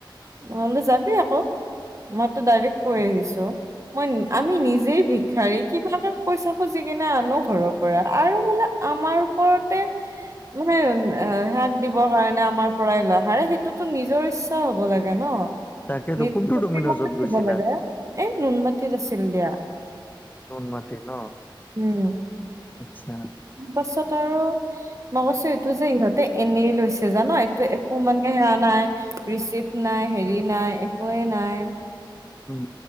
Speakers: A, on the right; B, on the left.
A: মই বোলোঁ যাবি আকৌ। মইতো ডাইৰেক্ট কৈ আহিছোঁ। মই আমি নিজেই ভিক্ষাৰী <unintelligible> পইচা খুজি কিনে আনো ঘৰৰ পৰা আৰু বোলা আমাৰ ওপৰতে মানে হিয়াক দিবৰ কাৰণে আমাৰ পৰাই লৈ। হাৰে সেইটোতো নিজৰ ইচ্ছা হব লাগে ন
B: তাকেতো
A: নিজি
B: কোনটো
A: <unintelligible>
B: ডমিনজত
A: মতে
B: গৈছিলা?
A: দিব লাগে। এই নুনমাটিত আছিল দিয়া।
B: নুনমাটিত ন?
A: উম
B: আচ্ছা।
A: পাছত আৰু মই কৈছোঁ এইটো যে ইহঁতে এনেই লৈছে জানা, এইটো একো মানে সেয়া নাই ৰিচিপট নাই হেৰি নাই একোৱেই নাই।
B: উম।